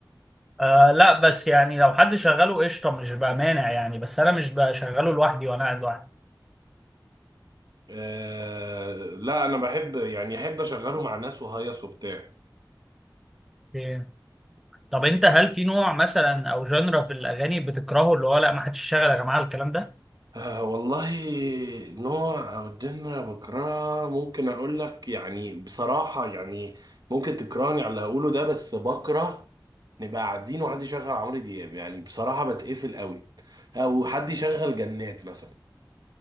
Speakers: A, in the centre; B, on the right (about 60°).
A: آه لا بس يعني لو حد شغله قشطه مش بقى مانع يعني بس انا مش بشغله لوحدي وانا قاعد لوحدي
B: آه لا أنا بحب يعني أحب أشغله مع ناس وهيص وبتاع
A: إيه. طب انت هل في نوع مثلا او جنرا في الاغاني بتكرهه اللي هو لا ما حدش يشغل يا جماعه الكلام ده
B: آه والله نوع أو جنة بكرهها ممكن أقول لك يعني بصراحة يعني ممكن تكرهني على اللي هقوله ده بس بكره نبقى قاعدين وحد يشغل عمرو دياب يعني بصراحة بتقفل قوي أو حد يشغل جنات مثلا